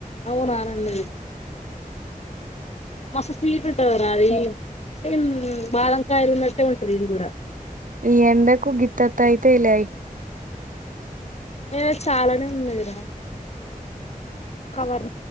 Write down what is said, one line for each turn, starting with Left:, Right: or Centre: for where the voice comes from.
Left: అవునా అ అన్నది. మస్త్ స్వీట్ ఉంటదిరా అది. సేమ్ బాదంకాయలు ఉన్నట్టే ఉంటది ఇది కూడా.
Right: ఈ ఎండకు గిత్తతయిలే అయి.
Left: నేను చాలానే ఉన్నది రా. కవర్